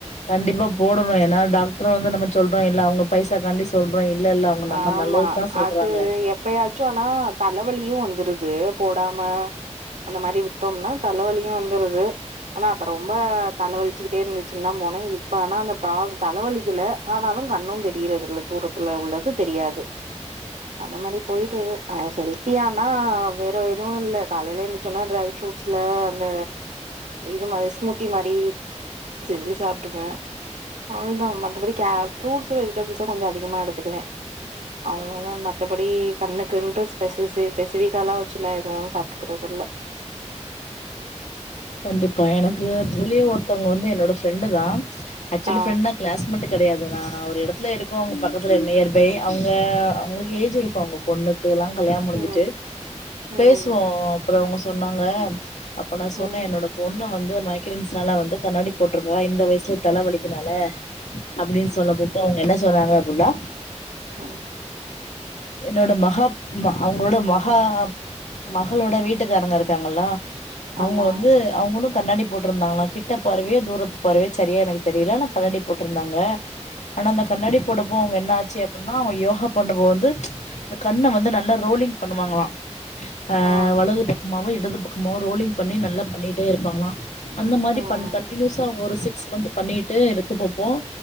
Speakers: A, on the left; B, on the right.
A: கண்டிப்பா போடணு ஏன்னா டாக்டர் வந்து நம்ம சொல்றோ இல்ல அவங்க பைசா காண்டி சொல்றோ இல்ல இல்ல அவங்க நம்ம
B: ஆமா
A: நல்லதுக்கு தா சொல்றாங்க
B: அது எப்பயாச்சு ஆனா தலவலி இப்பயு வந்துருது போடாம அந்த மாரி விட்டோம்னா தலவலியு வந்துருது ஆனா அப்ப ரொம்ப தலவலிச்சிக்கிட்டே இருந்சுனா போனே இப்ப ஆனா அந்த தலைவலிக்கல ஆனாலு கண்ணு தெரியறது இல்ல தூரத்துல உள்ளது தெரியாது அந்தமாரி போயிட்டுஇரு ஆ ஹெல்தியானா வேற எதுவு இல்ல காலைல எந்திச்சோன ட்ரை ஃபுரூட் ல அந்த இது மாரி ஷ்மூத்தி தி மாறி சென்ஜி சாப் அவளதான் மற்றபடி புருட்ஸ் வெஜிடபிள்ஸ கொஞ்ச அதிகமா எடுத்துக்குவேன் அவ்ளோதான் மத்தபடி தன்னுக்கு என்று ஸ்பெ பெசிவிகலாம் வச்சுலாம் எதுவும் சாப்பிட்டுக்கறது இல்ல
A: கண்டிப்பா எனக்கு தோழி ஒரு இவங்க வந்து என்னோட ஃபிரெண்டு தான் ஆக்சுவலி
B: ஆ
A: ஃபிரெண்டு தான் கிளாஸ்மேட் கிடையாது ஒரு இடத்து இருக்கோ அவங்க பக்கத்துல நியர் அவங்க அவங்களுக்கு ஏஜ் இருக்கும் அவங்க பொண்ணுக்கு எல்லாம் கல்யாணம் முடிஞ்சுட்டு
B: ம் ம்
A: பேசுவோம் அப்புறம் அவங்க சொன்னாங்க அ சொன்ன
B: ம்
A: என்னோட பொண்ணு வந்து மை வன்னால வந்து கண்ணாடி போட்டிருக்கான் இந்த வயசுல தலை வலிக்குனால அப்படின்னு சொல்ல போப்போ அவங்க என்ன சொன்னாங்க அப்டின்னா
B: உஹம்
A: என்னோட மகா அவங்களோட மக ஹ மகளோட வீட்டுக்காரங்க இருக்காங்களா அவங்க
B: ஆமா
A: வந்து அவங்களும் கண்ணாடி போட்டிருந்தாங்களா கிட்ட பார்வையோ தூரத்து பார்வ சரியா எனக்கு தெரியல ஆனா கண்ணாடி போட்டிருந்தாங்க ஆனா அந்த கண்ணாடி போடப்போ அவங்க என்ன ஆச்சு அப்படின்னா அவங்க யோகா பண்ணபோ வந்து இந்த கண்ணை வந்து நல்லா ரோலிங் பண்ணுவாங்களாம் ஆஹ்
B: ஆ
A: வலது பக்கமாவும் து பக்கமோ ரோலி் பண்ணி நல்லா பண்ணிட்டே இருப்பாங்களாம் அந்த மாதிரி
B: ம்
A: பண்ண கண்டினியூஸா அவங்க ஒரு சிக்ஸ் வந்து பண்ணிட்டு இத்து போப்போம்